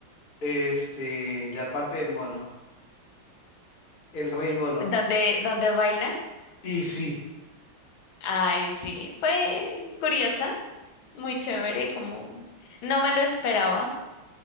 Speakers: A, on the left; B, on the left.
A: este, la parte del mono, el rey mono.
B: ¿Dónde, dónde bailan?
A: Y sí,
B: Ay, sí, fue curiosa, muy chévere, como no me lo esperaba.